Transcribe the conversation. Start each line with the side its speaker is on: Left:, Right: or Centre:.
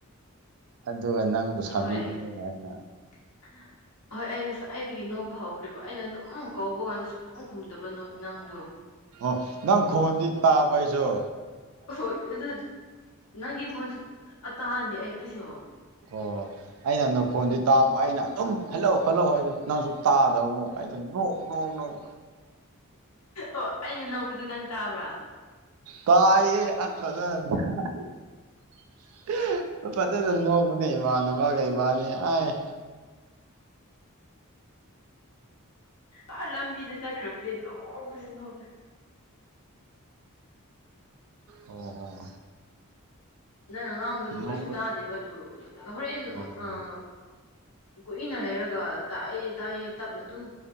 Right: ꯑꯗꯨꯒ ꯅꯪꯕꯨ ꯁꯥꯕꯤꯕꯅꯦꯅ
Left: ꯍꯣꯏ
Right: ꯑꯩꯅ
Left: <unintelligible> ꯍꯣꯏ ꯑꯩ ꯉꯁꯥꯏꯗꯒꯤ ꯅꯣꯛꯄ ꯍꯧꯈ꯭ꯔꯦꯕ ꯑꯩꯅ ꯑꯗꯨꯝ ꯀꯧꯕ ꯀꯥꯟꯗ ꯁꯨꯈꯨꯡ ꯈꯨꯝꯗꯕ ꯅ‌ꯣꯏ ꯅꯪꯗꯣ
Right: ꯑꯣ ꯅꯪ ꯈꯣꯟꯗꯤ ꯇꯥꯕ ꯑꯩꯖꯨ
Left: ꯑꯣꯍꯣꯏ ꯑꯗꯨ ꯅꯪꯒꯤ ꯈꯣꯟꯁꯨ ꯑ ꯇꯥꯟꯗꯦ ꯑꯩ ꯀ꯭ꯔꯤꯁꯨ
Right: ꯑꯣ ꯑꯩꯅ ꯅꯪꯈꯣꯟꯗꯤ ꯇꯥꯕ ꯑꯩꯅ ꯑꯗꯨꯝ ꯍꯜꯂꯣ ꯍꯜꯂꯣ ꯍꯥꯏ ꯅꯪꯁꯨ ꯇꯥꯗꯕ ꯑꯃꯨꯛ ꯑꯩꯗꯣ ꯅꯣꯛ ꯅꯣꯛ ꯅꯣꯛ
Left: ꯑꯣ ꯑꯩꯅ ꯅꯣꯕꯗꯣ ꯅꯪ ꯇꯥꯕ꯭ꯔꯥ
Right: ꯇꯥꯏꯌꯦ <unintelligible> ꯐꯖꯅ ꯅꯣꯛꯄꯅꯦ ꯏꯃꯥꯅꯕꯒꯥ ꯏꯕꯥꯅꯤ ꯑꯥꯏ
Left: ꯑꯥ ꯂꯝꯕꯤꯗ ꯆꯠꯈ꯭ꯔꯕꯗꯤ ꯅꯣꯛꯄꯁꯤ ꯅꯣꯛꯄꯁꯤ
Right: ꯑꯣ ꯑꯣ
Left: ꯅꯪꯅ ꯉꯥꯡꯕꯗꯨ
Right: ꯅꯣꯛꯄ
Left: ꯀꯔꯤꯁꯨ ꯇꯥꯗꯦꯕ ꯑꯗꯨ ꯍꯣꯔꯦꯟ
Right: ꯑꯣ
Left: ꯑꯥ ꯀꯨꯏꯅ ꯂꯩꯔꯒ ꯇꯥꯏꯑꯦ ꯇꯥꯏꯑꯦ ꯇꯞꯅ ꯑꯗꯨꯝ